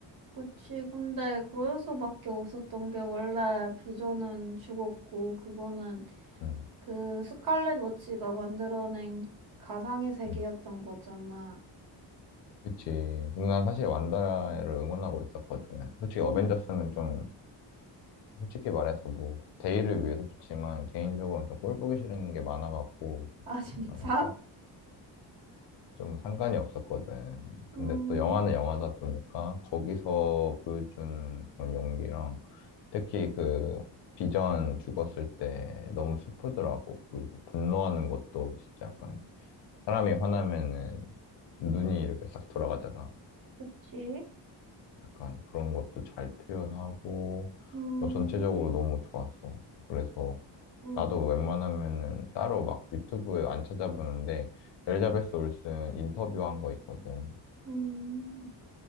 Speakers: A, on the right (about 50°); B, on the left (about 75°).
A: 그치. 근데 그래서밖에 없었던 게 원래 비전은 죽었고, 그거는
B: 응.
A: 그 스칼렛 워치가 만들어낸 가상의 세계였던
B: 응.
A: 거잖아.
B: 그치. 근데 난 사실 완다를 응원하고 있었거든. 솔직히
A: <laughs>
B: 어벤져스는 좀, 솔직히 말해서 뭐, 대의를 위해서 좋지만, 개인적으로는 좀 꼴보기 싫은 게 많아갖고,
A: 아, 진짜?
B: 나는 좀 상관이 없었거든. 근데
A: 음,
B: 또 영화는 영화다 보니까 거기서 보여준 그런 연기랑 특히 그 비전 죽었을 때 너무 슬프더라고. 그리고 분노하는 것도 진짜 약간 사람이 화나면은 눈이 이렇게 싹 돌아가잖아.
A: 그치?
B: 약간 그런 것도 잘 표현하고
A: 음,
B: 어, 전체적으로 너무 좋았어. 그래서
A: 음,
B: 나도 웬만하면은 따로 막 유튜브에 안 찾아보는데 엘자베스 올슨 인터뷰한 거 있거든.
A: 음,